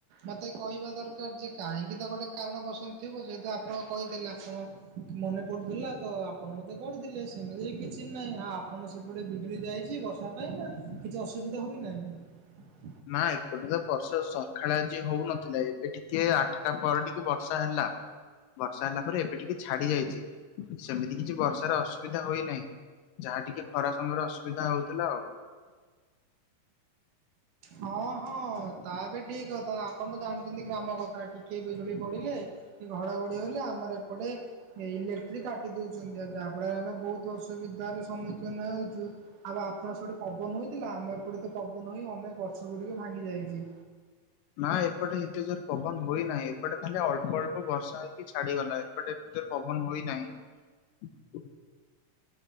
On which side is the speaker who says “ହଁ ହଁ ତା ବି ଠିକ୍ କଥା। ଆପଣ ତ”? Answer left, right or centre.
Right